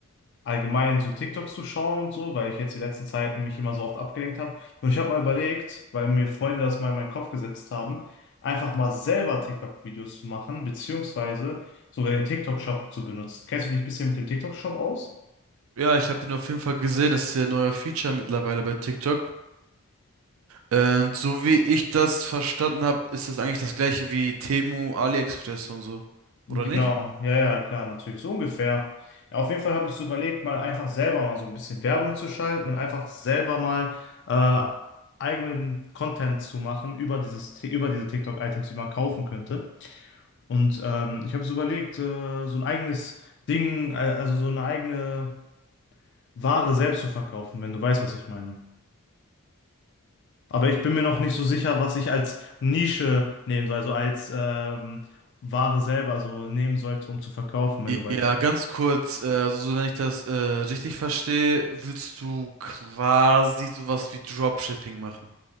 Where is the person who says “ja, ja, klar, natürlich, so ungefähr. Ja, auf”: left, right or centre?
Left